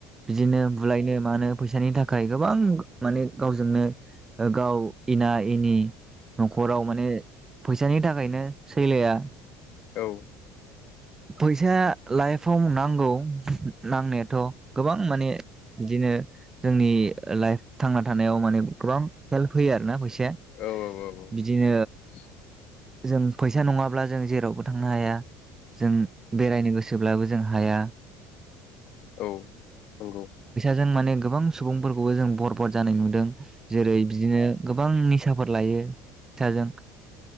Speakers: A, on the right; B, on the left.
A: बिदिनो बुलायनो मानो फैसानि थाखाय गोबां माने गावजोंनो गाव एना एनि न'खराव माने फैसानि थाखायनो सैलाया
B: औ
A: फैसा लाइफआव नांगौ नांनायाथ' गोबां माने बिदिनो जोंनि लाइफ थांना थानायाव माने गोबां हेल्प होयो आरोना फैसाया
B: औ औ
A: बिदिनो
B: औ
A: जों फैसा नङाब्ला जों जेरावबो थांनो हाया जों बेरायनो गोसो सोब्लाबो जों हाया
B: औ नंगौ
A: जों माने गोबां सुबुंफोरखौबो जों बरबाद जानाय नुदों जेरै बिदिनो गोबां निसाफोर लायो फिथाजों